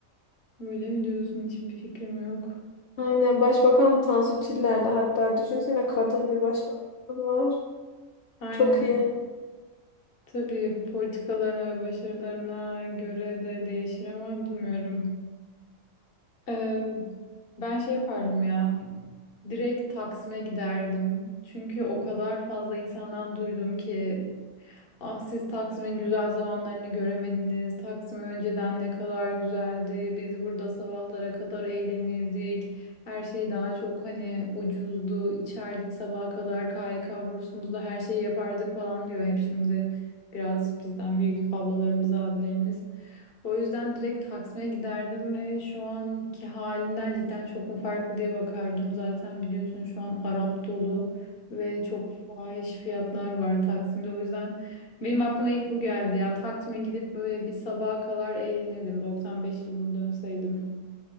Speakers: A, on the left; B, on the left.
A: Öyle mi diyorsun? Hiçbir fikrim yok.
B: Aynen başbakan Tansu Çiller'di hatta. Düşünsene kadın bir başbakan var.
A: Aynen.
B: Çok iyi.
A: Tabii politikalarına ve başarılarına göre de değişir ama bilmiyorum. Ee, ben şey yapardım ya. Direkt Taksim'e giderdim. Çünkü o kadar fazla insandan duydum ki Ah siz Taksim'in güzel zamanlarını göremediniz. Taksim önceden ne kadar güzeldi. Biz burada sabahlara kadar eğlenirdik. Her şey daha çok hani ucuzdu. İçerdik sabaha kadar KYK bursumuzda her şeyi yapardık falan diyor hep şimdi. Biraz bizden büyük ablalarımız, abilerimiz. O yüzden direkt Taksim'e giderdim ve şu anki halinden cidden çok mu farklı diye bakardım. Zaten biliyorsun şu an Arap dolu ve çok fahiş fiyatlar var Taksim'de. O yüzden benim aklıma ilk bu geldi ya. Taksim'e gidip böyle bir sabaha kadar eğlenirdim. 95 yılına dönseydim.